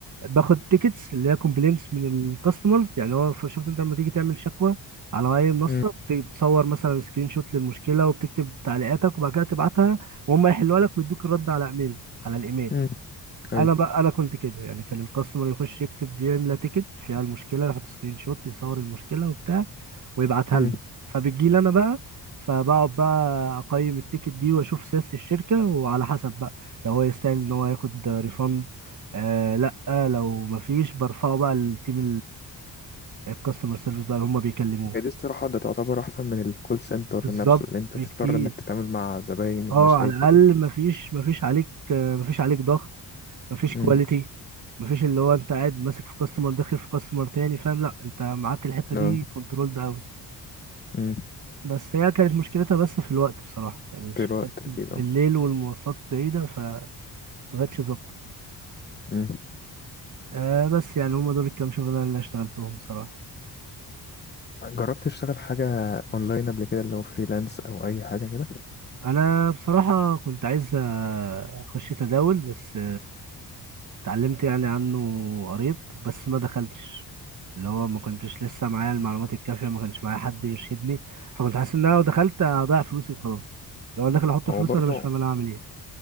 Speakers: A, on the right; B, on the left.
A: باخد تيكتس اللي هي كومبلينتس من الكاستمرز يعني هو ف- شفت انت لما تيجي تعمل شكوى على اي منصه
B: مم.
A: بت- بتصور مثلا سكرين شوت للمشكله وبتكتب تعليقاتك وبعد كده تبعتها وهم يحلوها لك ويدوك الرد على ايميل على الايميل
B: مم. أيوة
A: انا بقى انا كنت كده يعني كان الكاستمر يخش يكتب بيملى تيكت فيها المشكله يحط سكرين شوت يصور المشكله وبتاع ويبعتها
B: مم.
A: لنا فبتجي لي انا بقى فبقعد بقى اقيم التيكت دي واشوف سياسه الشركه وعلى حسب بقى لو هو يستاهل ان هو ياخد ريفند آه لا لو مفيش برفعه بقى للتيم الكاستمر سيرفيس بقى اللي هم بيكلموه
B: هي دي الصراحة ده تعتبر أحسن من الكول سنتر
A: بالظبط
B: نفسه اللي أنت
A: بكتير
B: تضطر إنك تتعامل مع زباين ومشاكل
A: اه على الاقل مفيش مفيش عليك آه، مفيش عليك ضغط مفيش
B: مم.
A: كواليتي مفيش اللي هو انت قاعد ماسك في كاستمر داخل في كاستمر تاني فاهم لا انت معاك الحته دي
B: اه
A: كنترول ده قوي
B: مم.
A: بس هي كانت مشكلتها بس في الوقت بصراحه يعني الشفتات
B: في الوقت أكيد
A: بالليل
B: اه
A: والمواصلات بعيده فمبقتش ظابطه
B: مم.
A: آه بس يعني هما دول الكام شغلانه اللي اشتغلتهم بصراحه
B: جربت تشتغل حاجة أونلاين قبل كده اللي هو فريلانس أو أي حاجة كده
A: انا بصراحه كنت عايز آه، اخش تداول بس اتعلمت يعني عنه قريب بس ما دخلتش اللي هو ما كنتش لسه معايا المعلومات الكافية ما كانش معايا حد يرشدني فكنت حاسس ان انا لو دخلت هضيع فلوسي وخلاص لو انا داخل احط
B: هو
A: فلوس
B: برضه
A: وانا مش فاهم انا هعمل ايه